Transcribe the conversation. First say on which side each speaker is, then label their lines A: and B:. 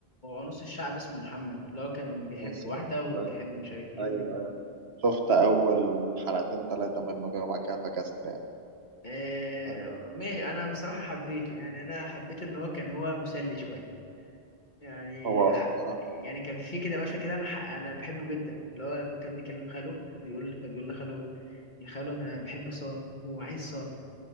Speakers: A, on the left; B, on the right.
A: نص الشعب اسمه محمد اللي هو كان بيحب
B: ناصر
A: واحدة وبيحب
B: بس
A: مش عارف ايه
B: ايوه أيوه. شفت اول حلقتين ثلاثه منه كده وبعد كده فكست يعني
A: آه،
B: آه
A: ماشي انا بصراحة حبيته يعني انا حبيت ان هو كان هو مسلي شوية يعني
B: هو
A: ع-
B: آه الصراحه
A: يعني كان في كده مشهد كده انا ح- انا بحبه جدا اللي هو لما كان بيكلم خاله فبيقول فبيقول لخاله يا خاله انا بحب سارة وعايز سارة